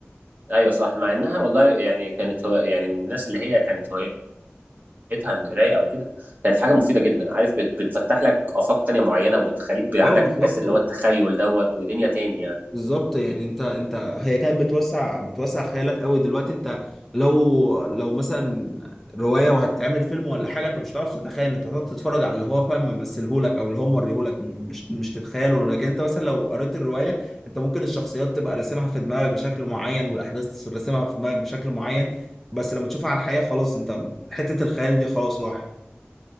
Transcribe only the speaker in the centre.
اه
بالظبط
بالظبط يعني انت انت هي كانت بتوسع بتوسع خيالك قوي دلوقتي انت لو لو مثلا روايه وهتتعمل فيلم ولا حاجه انت مش هتعرف تتخيل انت هتقعد تتفرج على اللي هو فاهم ممثلهولك او اللي هو موريهولك مش مش تتخيله لكن انت مثلا لو قريت الروايه انت ممكن الشخصيات تبقى راسمها في دماغك بشكل معين والاحداث راسمها في دماغك بشكل معين بس لما تشوفها على الحقيقه خلاص انت حته الخيال دي خلاص راحت